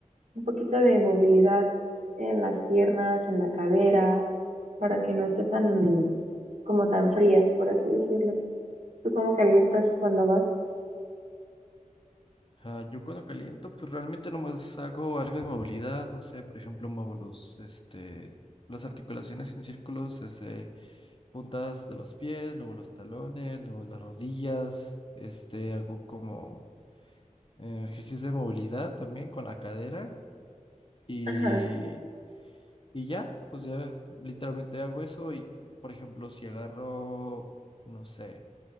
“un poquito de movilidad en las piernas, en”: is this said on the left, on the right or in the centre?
Right